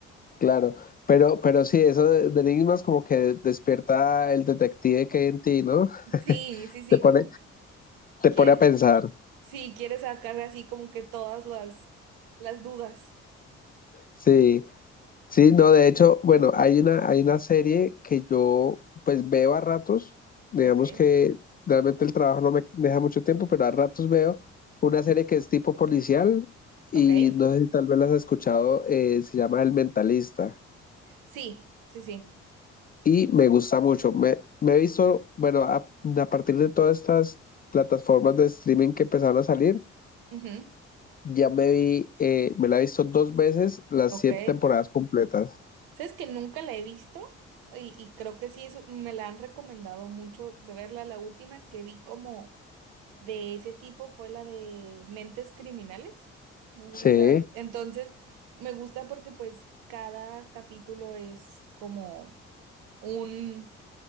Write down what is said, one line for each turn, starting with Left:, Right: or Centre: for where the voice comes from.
Left: claro, pero, pero sí, eso de, de enigmas como que despierta el detective que hay en ti, ¿no?
Right: Sí, sí, sí,
Left: Te pone,
Right: como
Left: te
Right: quiere,
Left: pone a pensar,
Right: sí, quiere sacar así como que todas las, las dudas.
Left: sí. Sí, no, de hecho, bueno, hay una, hay una serie que yo pues veo a ratos, digamos
Right: Ok,
Left: que realmente el trabajo no me deja mucho tiempo, pero a ratos veo una serie que es tipo policial y
Right: ok.
Left: no sé si tal vez las has escuchado, eh, se llama El Mentalista
Right: Sí, sí, sí.
Left: y me gusta mucho. Me, me he visto, bueno, a, a partir de todas estas plataformas de streaming que empezaron a salir,
Right: Ujú,
Left: ya me vi, eh, me la he visto dos veces las
Right: Ok.
Left: siete temporadas completas.
Right: ¿Sabes que nunca la he visto? Y, y creo que sí, eso me la han recomendado mucho de verla. La última que vi como de ese tipo fue la de Mentes Criminales. No sé
Left: Sí.
Right: si la... Entonces, me gusta porque pues cada capítulo es como un,